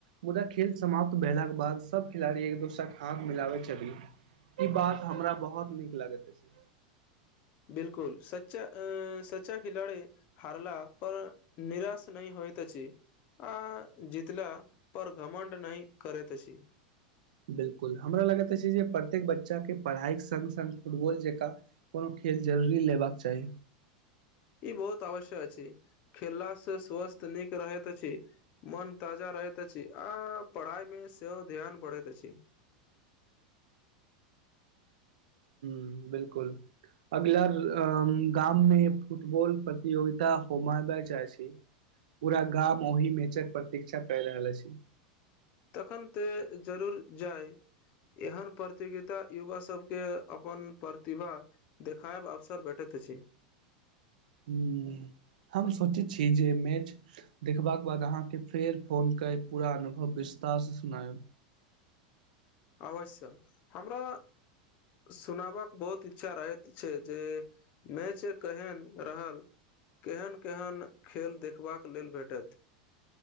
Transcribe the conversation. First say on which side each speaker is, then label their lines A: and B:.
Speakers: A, on the right; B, on the left.
A: मुदा खेल समाप्त भेलाके बाद सब खेलाड़ी एक दोसरा के हाथ मिलाबे छथि ई बात हमरा बहुत नीक लागैत अछि
B: बिल्कुल सच्चा अ सच्चा खिलाड़ी हारला पर निराश नहि होइत अछि आ जीतला पर घमण्ड नहि करेैत अछि
A: बिल्कुल हमरा लगैत अछि जे प्रत्येक बच्चाके पढ़ाईके संग संग फुटबॉल जकाँ कोनो खेल जरूरी लेबाक चाहि
B: ई बहुत अवश्य्यक अछि खेललास से स्वस्थ नीक रहैत अछि मन ताजा रहैत अछि आ पढ़ाई मे सेहो ध्यान बढ़ैत अछि
A: ह बिल्कुल अगला गाममे फुटबॉल प्रतियोगिता होम ब जाइ छै पूरा गाम ओहि मेचक प्रतीक्षा कर रहल अछि
B: तखन तऽ जरूर जाए एहन प्रतियोगिता युवा सबके अपन प्रतिभा देखायब अवसर बैठैत त छी
A: ह हम सोचै छी जे मैच देखबाक बाद अहाँके फेर फोन के पूरा अनुभव विस्तार से सुनाय
B: अवश्य हमरा सुनाबक बहुत इच्छा रहैत छै जे में छै केहन रहल केहन केहन खेल देखबाक लेल भेटत